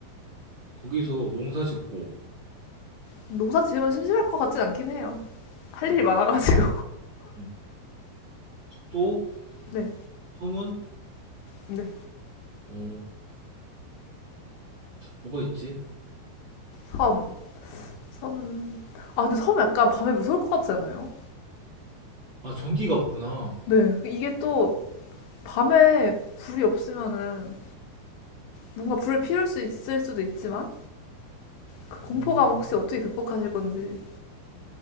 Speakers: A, on the right; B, on the left.
A: 거기서 농사 짓고
B: 농사 지으면 심심할 것 같진 않긴 해요. 할
A: 음.
B: 일이 많아가지고.
A: 농사 짓고 음. 또
B: <laughs> 네,
A: 섬은
B: 네.
A: 어 뭐가 있지?
B: 섬. 섬은. 아, 근데 섬 약간 밤에 무서울 것 같지 않아요?
A: 아 전기가 없구나.
B: 네. 그 이게 또 밤에 불이 없으면은 뭔가 불을 피울 수 있을 수도 있지만 그 공포감
A: 음.
B: 혹시 어떻게 극복하실 건지.